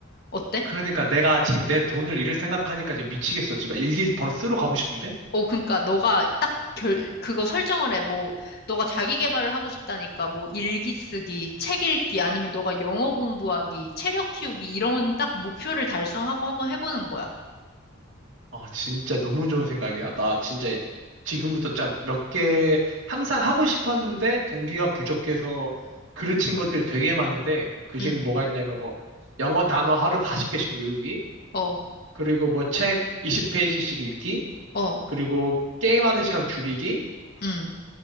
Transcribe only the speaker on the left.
어때?
어, 그러니까 너가 딱 결, 그거 설정을 해. 뭐, 너가 자기 개발을 하고 싶다니까, 뭐, 일기 쓰기, 책 읽기, 아니면 너가 영어 공부하기, 체력 키우기, 이런 딱 목표를 달성하고 한번 해보는 거야.
응,
어,
어,
응,